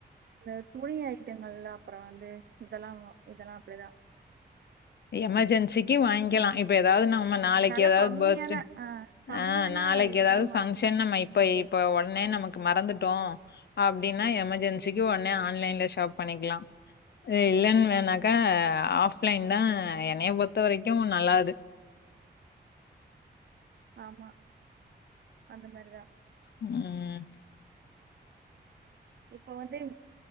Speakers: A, on the right; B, on the left.
A: இந்த துணிய ஐட்டங்கள் அப்றோ வந்து இதல்லா இதல்லா அப்டிதா
B: எமர்ஜென்சிக்கு வாய்கிலா இப்ப எதாது நம்ம நாளைக்கு
A: நல்லா
B: ஏதாவ்து
A: கம்மியான
B: பர்த்டே
A: ஆ கம்மியான
B: ஆ நாளைக்கு
A: இதுக்கெல்லாம்
B: ஏதாவ்து
A: வாங்கிக்கலாம்.
B: பங்க்ஷன்னா நம் இப்ப இப்போ ஒட்னே நமக்கு மறந்துட்டோ அப்டின்னா எமர்ஜென்சிக்கு ஒட்னே ஆன்லைன்ல ஷாப் பண்ணிக்லா இல்லன் வேணாக்கா ஆஃப்லைன்தா என்னைய பொறுத்த வரைக்கு நல்லாது
A: ஆமா அந்த மாறிதா
B: ம்
A: இப்போ வந்து ம்